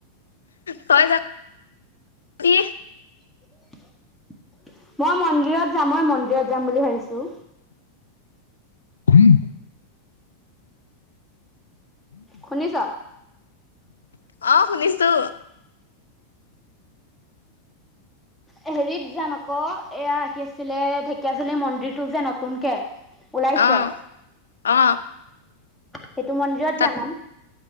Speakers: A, on the left; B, in the centre.
A: তই জা কি
B: মই মন্দিৰত যাম মই মন্দিৰত যাম বুলি ভাবিছো।
A: হম
B: শুনিছ
A: আহ শুনিছোঁ
B: হেৰিত যাম আকৌ এয়া কি আছিলে ঢেকিয়াজুলী মন্দিৰটো যে নতুনকে ওলাইছে।
A: অ অ
B: সেইটো মন্দিৰত
A: তাত
B: যাম,